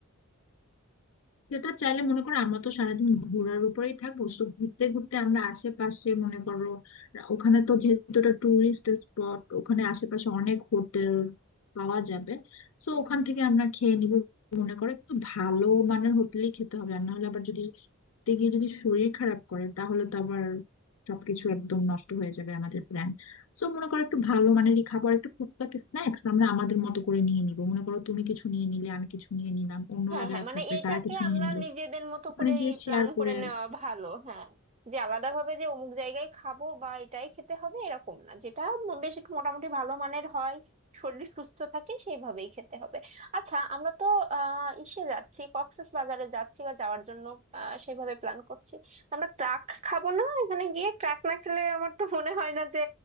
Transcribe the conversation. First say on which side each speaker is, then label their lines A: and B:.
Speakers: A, on the left; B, on the right.
A: সেটা চাইলে মনে করো আমরা তো সারাদিন ঘোরার উপরেই থাকবো তো ঘুরতে ঘুরতে আমরা আশেপাশে মনে করো ওখানে তো যেহেতু এটা টুরিস্ট স্পট ওখানে আশেপাশে অনেক হোটেল পাওয়া যাবে তো ওখান থেকে আমরা খেয়ে নিব মনে করো একটু ভালো মানের হোটেলই খেতে হবে আর না হলে আবার যদি ঘুরতে গিয়ে যদি শরীর খারাপ করে তাহলে তো আবার সবকিছু একদম নষ্ট হয়ে যাবে আমাদের প্ল্যান সো মনে করো একটু ভালো মানেরই খাবার একটু টুকটাক স্ন্যাক্স আমরা আমাদের মতো করে নিয়ে নিব মনে করো তুমি কিছু নিয়ে নিলে আমি কিছু নিয়ে নিলাম অন্যরা
B: হ্যাঁ হ্যাঁ
A: যারা
B: মানে
A: থাকবে
B: এটাকে
A: তারা কিছু
B: আমরা
A: নিয়ে নিল
B: নিজেদের মতো
A: ওখানে
B: করেই
A: গিয়ে শেয়ার
B: প্ল্যান
A: করে
B: করে নেওয়া ভালো হ্যাঁ যে আলাদা ভাবে যে অমুক জায়গায় খাবো বা এটাই খেতে হবে এরকম না যেটা বেশ একটু মোটামুটি ভালো মানের হয় শরীর সুস্থ থাকে সেইভাবেই খেতে হবে আচ্ছা আমরা তো আহ ইসে যাচ্ছি কক্সেস বাজারে যাচ্ছি বা যাওয়ার জন্য আহ সেইভাবে প্ল্যান করছি তো আমরা ট্রাক খাবো না এখানে গিয়ে ট্রাক না খেলে আমার তো মনে হয় না যে